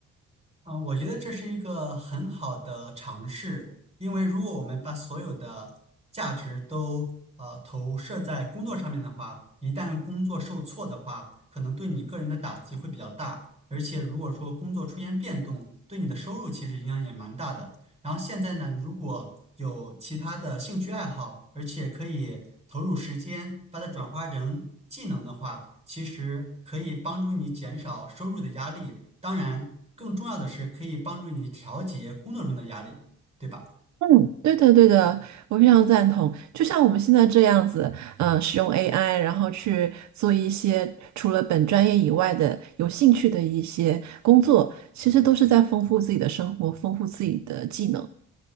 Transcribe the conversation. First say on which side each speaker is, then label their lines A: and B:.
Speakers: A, on the right (about 20°); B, on the right (about 65°).
A: 啊，我觉得这是一个很好的尝试，因为如果我们把所有的价值都呃投射在工作上面的话，一旦工作受挫的话，可能对你个人的打击会比较大，而且如果说工作出现变动，对你的收入其实影响也蛮大的。然后现在呢，如果有其他的兴趣爱好，而且可以投入时间把它转化成技能的话，其实可以帮助你减少收入的压力。当然，更重要的是可以帮助你调节工作中的压力，对吧？
B: 嗯，对的，对的，我非常赞同。就像我们现在这样子，呃，使用 AI，然后去做一些除了本专业以外的有兴趣的一些工作，其实都是在丰富自己的生活，丰富自己的技能。